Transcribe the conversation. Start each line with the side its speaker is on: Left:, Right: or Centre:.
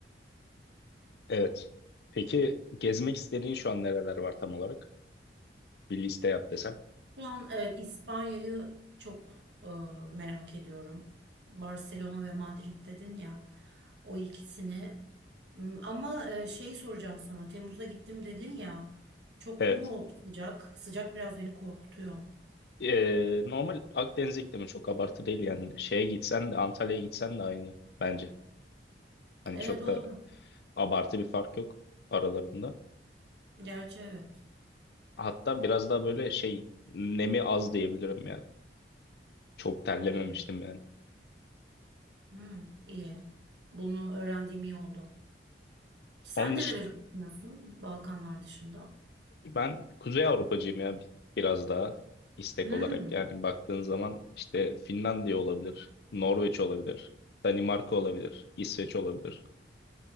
Left: Evet. Peki gezmek istediğin şu an nereler var tam olarak? Bir liste yap desem.
Right: Şu an evet İspanya'yı çok e, merak ediyorum. Barcelona ve Madrid dedin ya o ikisini. M, Ama e, şeyi soracağım sana. Temmuz'a gittim dedin ya. Çok
Left: Evet.
Right: mu sıcak? Sıcak biraz beni korkutuyor.
Left: Ee, normal Akdeniz iklimi çok abartı değil yani. Şeye gitsen de Antalya'ya gitsen de aynı bence. Hani
Right: E,
Left: çok
Right: doğru.
Left: da abartı bir fark yok aralarında.
Right: Gerçi evet.
Left: Hatta biraz daha böyle şey nemi az diyebilirim yani. Çok terlememiştim
Right: Okay.
Left: yani.
Right: Hmm, iyi. Bunu öğrendiğim iyi oldu. Sen
Left: Onun
Right: nereleri
Left: dışında
Right: düşünüyorsun Balkanlar dışında?
Left: Ben Kuzey Avrupacıyım ya bi- biraz daha istek
Right: Hmm,
Left: olarak. Yani baktığın zaman işte Finlandiya olabilir, Norveç olabilir, Danimarka olabilir, İsveç olabilir.